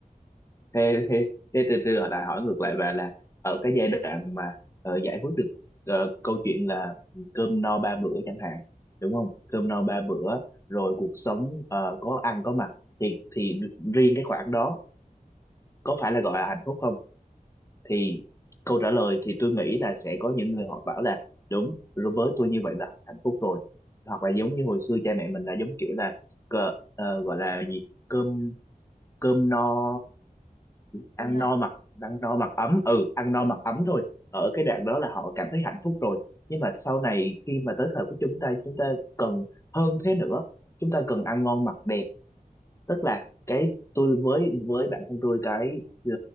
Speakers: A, on the left; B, on the left.
A: thế thế thế từ từ hỏi lại hỏi ngược lại bà là ở cái giai đoạn mà ờ, giải quyết được ờ, câu chuyện là cơm no ba bữa chẳng hạn đúng không cơm no ba bữa rồi cuộc sống ờ, có ăn có mặc thì thì riêng cái khoản đó có phải là gọi là hạnh phúc không thì câu trả lời thì tôi nghĩ là sẽ có những người họ bảo là đúng rồi với tôi như vậy là hạnh phúc rồi hoặc là giống như hồi xưa cha mẹ mình là giống kiểu là cờ, ờ, gọi là gì cơm cơm no ăn
B: cơm nọ
A: no mặc ăn no mặc ấm ừ ăn no
B: Ờ,
A: mặc ấm thôi ở cái đoạn đó là họ cảm thấy hạnh phúc rồi nhưng mà sau này khi mà tới thời của chúng ta chúng ta cần hơn thế nữa chúng ta cần ăn ngon mặc đẹp tức là cái tôi với với bản thân tôi cái ờ,